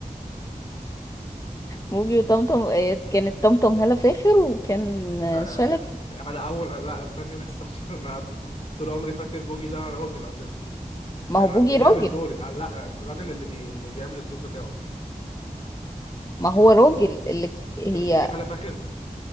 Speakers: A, on the left; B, on the left.
A: بوجي وطمطم آه، كانت طمطم هالة فاخر وكان
B: <laughs>
A: آه، شلبي
B: على اول لا استني بس عشان انا طول عمري فاكر بوجي ده راجل اساسا
A: ما
B: كان
A: هو بوجي
B: اللي بيعمل
A: راجل
B: دوري آه، لا الراجل اللي بي... اللي بيعمل الصوت بتاعه
A: ما هو راجل اللي هي
B: انت مش بتقولي على فاخر